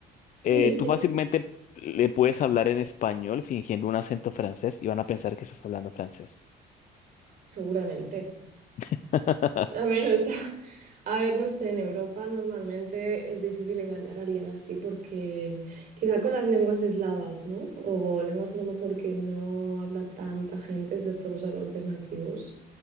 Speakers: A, on the right; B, on the left.
A: Sí,
B: eh,
A: sí,
B: tú fácilmente le puedes hablar en español fingiendo un acento francés y van a pensar que estás hablando francés.
A: seguramente.
B: <laughs>
A: A ver, o sea, <laughs> a ver, no sé, en Europa normalmente es difícil engañar a alguien así porque quizá con las lenguas eslavas, ¿no? O lenguas a lo mejor que no habla tanta gente, excepto los hablantes nativos.